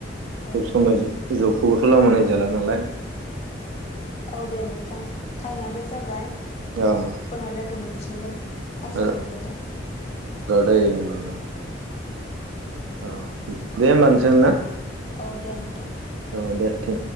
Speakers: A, on the left; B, on the right.
A: औ
B: सब
A: दे
B: समाय जबखौबोथ' लामा
A: औ
B: नायजाला नालाय
A: औ दे नोंथां टाइमाबो जाबाय
B: औ
A: उनाव लोगो मोनफिनगोन आसा
B: र'
A: खालामबाय दे
B: <unintelligible> औ दे होमबा नोंसोरा
A: औ दे नोंथां।
B: औ दे दे